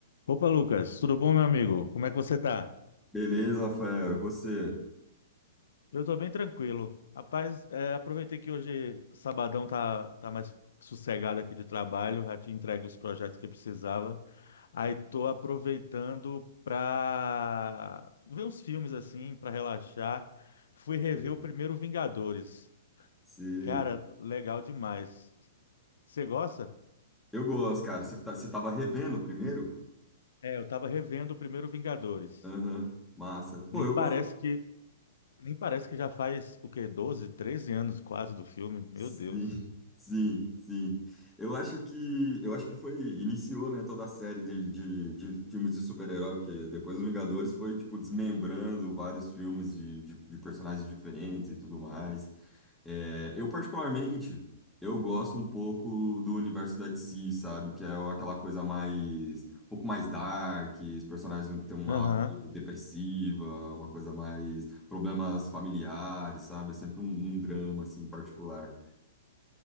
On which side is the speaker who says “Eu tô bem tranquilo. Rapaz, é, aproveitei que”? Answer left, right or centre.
Left